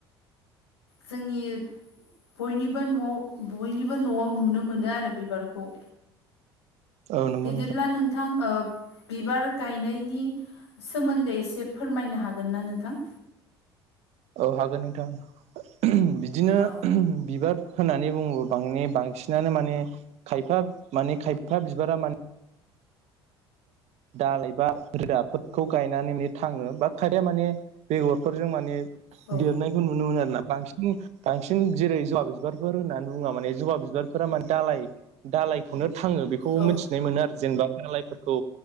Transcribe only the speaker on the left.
जोंनि बयनिबो न'आव बयनिबो न'आव नुनो मोनो आरो बिबारखौ
बिदिब्ला नोंथां ओ बिबार गायनायनि सोमोन्दै एसे फोरमायनो हागोन ना नोंथां?
औ
औ
औ